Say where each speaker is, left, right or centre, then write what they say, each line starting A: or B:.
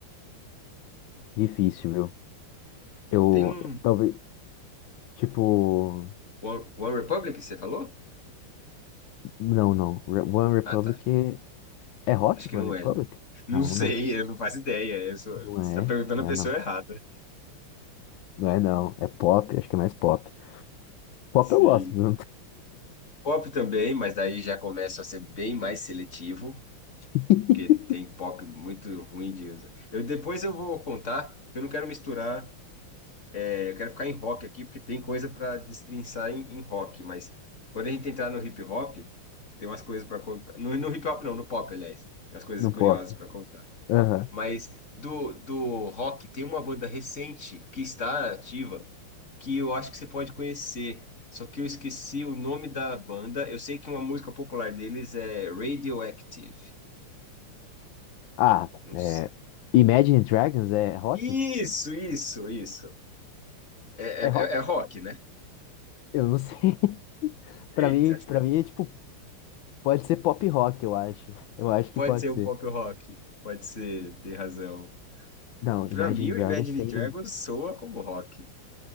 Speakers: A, on the left (about 75°); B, on the left (about 35°).
A: difícil, viu?
B: É,
A: Eu,
B: Tem um
A: talvez, tipo,
B: One, One Republic, você falou?
A: não, não. Re- One Republic
B: Ah, tá.
A: é, é rock,
B: Acho que
A: One
B: não
A: Republic?
B: é, né? Não
A: Não,
B: sei,
A: né?
B: eu não faço ideia. Eu sou,
A: Não
B: você está
A: é,
B: perguntando
A: não
B: a pessoa
A: é não.
B: errada.
A: Não é não, é pop, acho que é mais pop. Pop
B: Sim.
A: eu gosto, viu?
B: Pop também, mas daí já começa a ser bem mais seletivo,
A: <laughs>
B: porque tem pop muito ruim de usar. Eu, depois eu vou contar, porque eu não quero misturar, é, eu quero ficar em rock aqui, porque tem coisa para destrinçar em, em rock, mas quando a gente entrar no hip hop. Tem umas coisas para contar. No, no hip hop, não, no pop, aliás. Tem umas coisas
A: No
B: curiosas
A: pop.
B: para contar.
A: Aham.
B: Mas do, do rock, tem uma banda recente que está ativa que eu acho que você pode conhecer. Só que eu esqueci o nome da banda. Eu sei que uma música popular deles é Radioactive.
A: Ah,
B: Não s-
A: é, Imagine Dragons é rock?
B: Isso, isso, isso. É, é,
A: É rock?
B: é é rock, né?
A: Eu não sei. <laughs> Pra
B: Eita.
A: mim, para mim é tipo, pode ser pop rock, eu acho. Eu acho
B: Pode
A: que pode
B: ser
A: ser.
B: um pop rock. Pode ser, tem razão.
A: Não,
B: Pra
A: Imagine
B: mim, o
A: Dragons
B: Imagine
A: tem.
B: Dragons soa como rock.